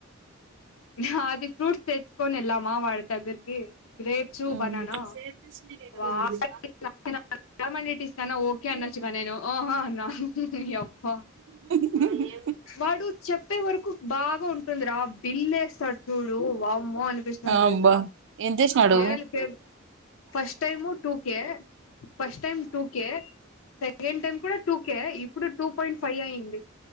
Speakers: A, on the left (about 70°); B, on the right (about 60°).
A: హ అది ఫ్రూట్. తెచ్చుకోనెల్లమా వాడి దగ్గరికి. గ్రేప్సు
B: నేను
A: బనానా
B: షేర్ చేసింది నీకు ఎక్కడ
A: వా
B: దొరికింది
A: <unintelligible> ఓకే అనొచ్చుగా నేను. ఓహో అనా. యప్పా
B: గు
A: వాడు చెప్పే వరకు బాగా ఉంటుందిరా బిల్లేస్తాడ్ చూడు వామ్మో అనిపిస్తుంద్ తెల్సా
B: అబ్బా ఏం చేసినాడు
A: ఏల్కేలు first time two K first time two K. Second time కూడా టూకే ఇప్పుడు టూ పాయింట్ ఫై ఐంది.